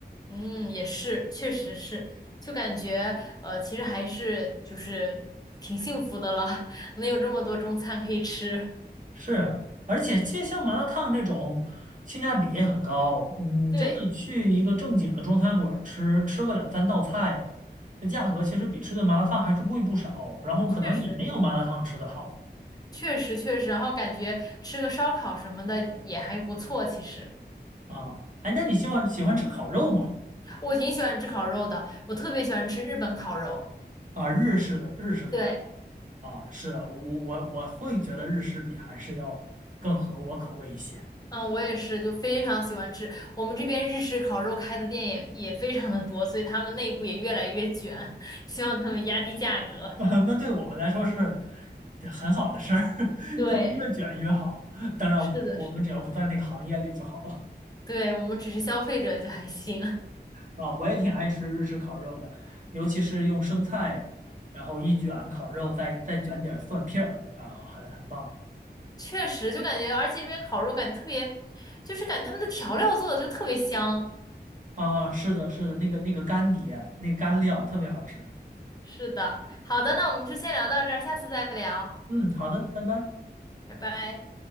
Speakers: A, on the left (about 20°); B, on the right (about 45°).
A: 嗯，也是，确实是，就感觉呃，其实还是就是挺幸福的了，<laughs> 能有这么多中餐可以吃，
B: 是，而且其实像麻辣烫这种性价比也很高，嗯，
A: 对，
B: 真的去一个正经的中餐馆吃，吃个两三道菜，这价格其实比吃顿麻辣烫还是贵不少，然后可能也没有麻辣烫吃的好
A: 确实。确实确实，然后感觉吃个烧烤什么的也还不错。其实
B: 啊。哎，那你喜欢喜欢吃烤肉吗？
A: 我挺喜欢吃烤肉的，我特别喜欢吃日本烤肉。
B: 啊，日式的日式烤肉
A: 对。
B: 啊，是我我我会觉得日式比韩式要更合我口味一些。
A: 嗯，我也是，就非常喜欢吃。我们这边日式烤肉开的店也也非常的多，所以他们内部也越来越卷，<laughs> 希望他们压低价格。
B: <laughs> 那对我们来说是很好的事儿，<laughs>
A: 对，
B: 他们越卷越好。当然，
A: 是的，
B: 我们只要不在那个行业里就好了。
A: 是的，对，我们只是消费者就还行，
B: 啊，我也挺爱吃日式烤肉的，尤其是用生菜，然后一卷烤肉，再再卷点儿蒜片儿啊，很很棒
A: <laughs> 确实就感觉，而且这边烤肉感觉特别，就是感觉他们的调料做的就特别香。
B: 啊。是的，是的，那个那个干碟，那干料特别好吃。
A: 是的，好的，那我们就先聊到这儿，下次再聊，
B: 嗯，好的，拜拜。
A: 拜拜。